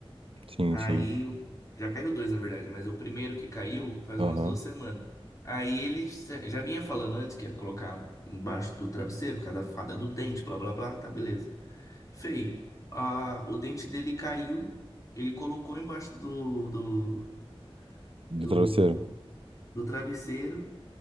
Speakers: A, on the right; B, on the left.
A: sim,
B: Aí,
A: sim.
B: eu- já caiu dois, na verdade, mas é o primeiro que caiu faz
A: Aham.
B: umas duas semanas. Aí ele já já vinha falando antes que ia colocar embaixo do travesseiro, por causa da fada do dente, blá blá blá, tá, beleza. Fei, a, o dente dele caiu, ele colocou embaixo do, do, do,
A: Do travesseiro.
B: do travesseiro,